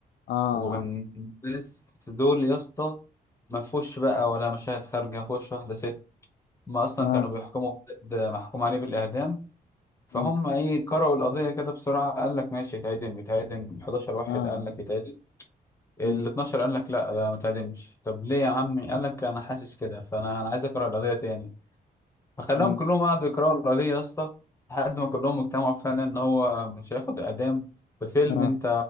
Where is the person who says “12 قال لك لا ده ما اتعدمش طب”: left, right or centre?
Left